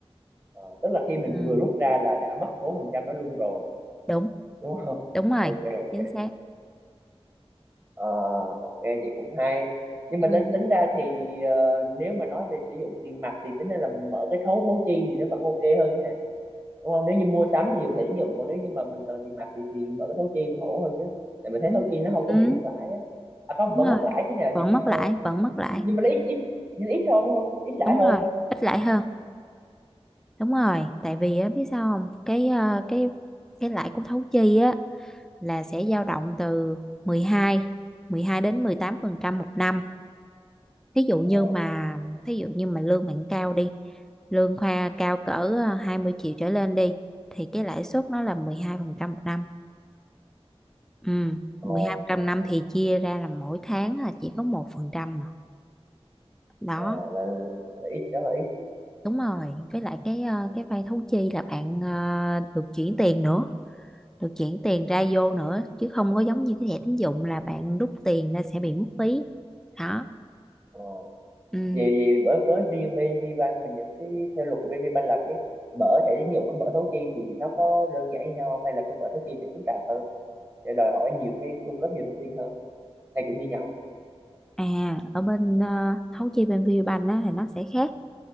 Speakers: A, on the right (about 25°); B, in the centre.
A: Ờ, tức là khi mình
B: ừ,
A: vừa rút ra là đã mất bốn phần trăm đó luôn rồi
B: đúng
A: đúng không <laughs>
B: đúng rồi
A: ok ok
B: chính xác
A: Ờ, ok vậy cũng hay nhưng mà
B: ừ,
A: tính tính ra thì ờ, nếu mà nói về sử dụng tiền mặt thì tính ra là mở cái thấu thấu chi thì nó vẫn ok hơn nha đúng không nếu như mua sắm thì dùng thẻ tín dụng còn nếu như mà mình cần tiền mặt thì thì mở cái thấu chi vẫn ổn hơn chứ tại mình thấy
B: đúng,
A: thấu chi nó không
B: ừ,
A: có bị mất lãi á à không
B: đúng
A: vẫn
B: rồi
A: mất lãi chứ nhờ
B: vẫn
A: nhưng mà
B: mất lãi vẫn mất lãi
A: nhưng mà nó ít ít nhưng ít thôi đúng không ít lãi
B: đúng
A: hơn
B: rồi ít lãi hơn đúng rồi tại vì á, biết sao không cái ờ, cái cái lãi của thấu chi á là sẽ dao động từ mười hai mười hai đến 18 phần trăm một năm thí dụ như
A: ờ
B: mà thí dụ như mà lương bạn cao đi lương khoa cao cỡ ờ, 20 triệu trở lên đi thì cái lãi suất nó là 12% một năm ừ
A: ờ
B: 12% năm thì chia ra là mỗi tháng là chỉ có 1% mà. đó
A: ờ là, là ít đó là ít
B: đúng rồi với lại cái ờ, cái vay thấu chi là bạn ờ, được chuyển tiền nữa được chuyển tiền ra vô nữa chứ không có giống như cái thẻ tín dụng là bạn rút tiền ra sẽ bị mất phí đó
A: ờ
B: ừ.
A: vì vì với với riêng bên VBank mình những cái theo luật của bên VBank là cái mở thẻ tín dụng với mở thấu chi thì nó có đơn giản như nhau không hay là cái mở thấu chi sẽ phức tạp hơn sẽ đòi hỏi nhiều cái cung cấp nhiều thông tin hơn hay cũng như nhau
B: à ở bên ờ, thấu chi bên VPBank á thì nó sẽ khác